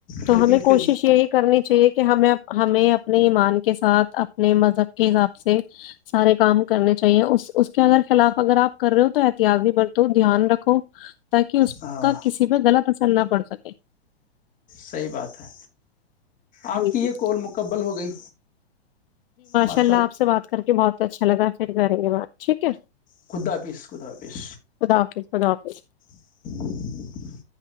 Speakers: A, on the left; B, on the left.
A: تو
B: ہمیں
A: ان
B: کوشش
A: پہ
B: یہی کرنی چاہیے کہ ہمیں ہمیں اپنے ایمان کے ساتھ اپنے مذب کے حساب سے سارے کام کرنے چاہیے اس اس کے اگر خلاف اگر آپ کر رہے ہو تو احتیاطی برتو دھیان رکھو تاکہ اس
A: ہاں
B: کا کسی پ غلطر نہ پڑ سک
A: صحیح بات ہے آپ
B: جی
A: کی
B: جی
A: یہ کال مکبل ہو گئی با
B: چللہ آپ سے بات کر کے بہت اچھا لگا پھر کریں گے بات ٹھیک ہے
A: خدا حافظ خدا حافظ
B: خدا حافظ خدا حافظ
A: <inaudible> <inaudible>